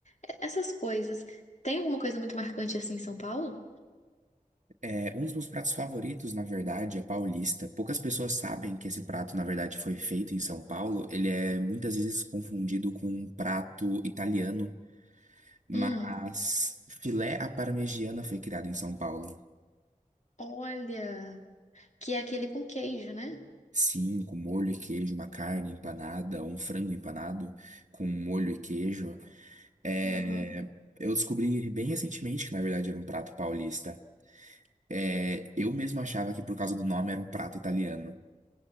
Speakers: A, on the left; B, on the right.
A: e- essas coisas. Tem alguma coisa muito marcante assim em São Paulo?
B: É, um dos meus pratos favoritos, na verdade, é paulista. Poucas pessoas sabem que esse prato, na verdade, foi feito em São Paulo. Ele é muitas vezes confundido com um prato italiano, mas
A: Hum,
B: filé à parmegiana foi criado em São Paulo.
A: olha, que é aquele com queijo, né?
B: Sim, com molho e queijo, uma carne empanada, um frango empanado com molho e queijo. É,
A: Aham.
B: eu descobri bem recentemente que, na verdade, era um prato paulista. É, eu mesmo achava que, por causa do nome, era um prato italiano.